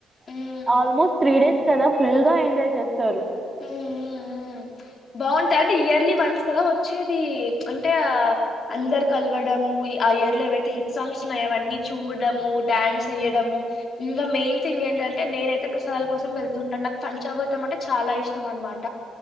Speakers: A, on the left; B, on the right.
A: ఉమ్
B: ఆల్మోస్ట్ త్రీ డేస్ కదా ఫుల్ గా ఎంజాయ్ చేస్తారు
A: మ్ మ్ బావుంటాది అంటే ఇయర్లీ ఒన్స్ కదా వచ్చేది అంటే అందరు కలువడము ఆ ఇయర్ లో ఏవైతే హిట్ సాంగ్స్ ఉన్నాయో అవన్నీ చూడము, డాన్స్ వేయడము, ఇంకా మెయిన్ థింగ్స్ ఏంటంటే అంటే నేనైతే ప్రసాదాల కోసం వెళ్తుంటాను నాకు పంచామృతం అంటే చాలా ఇష్టం అనమాట